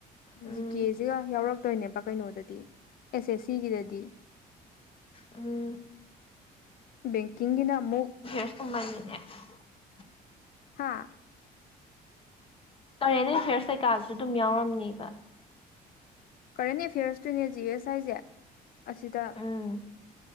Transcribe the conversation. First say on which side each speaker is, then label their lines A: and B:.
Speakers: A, on the left; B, on the left.
A: ꯎꯝ
B: ꯖꯤ ꯀꯦꯁꯤꯒ ꯌꯥꯎꯔꯛꯇꯣꯏꯅꯦꯕ ꯀꯩꯅꯣꯗꯗꯤ ꯑꯦꯁ ꯑꯦꯁ ꯁꯤꯒꯤꯗꯗꯤ꯫
A: ꯎꯝ
B: ꯕꯦꯡꯀꯤꯡꯒꯤꯅ ꯑꯃꯨꯛ
A: <unintelligible>
B: ꯍꯥꯥ
A: ꯀꯔꯦꯟ ꯑꯦꯐꯦꯌꯔꯁ ꯀꯩꯀꯥꯁꯨ ꯑꯗꯨꯝ ꯌꯥꯎꯔꯝꯅꯤꯕ꯫
B: ꯀꯔꯦꯟ ꯑꯦꯐꯤꯌꯔꯁꯇꯨꯅꯦ ꯖꯤ ꯑꯦꯁ ꯍꯥꯏꯁꯦ ꯑꯁꯤꯗ
A: ꯎꯝ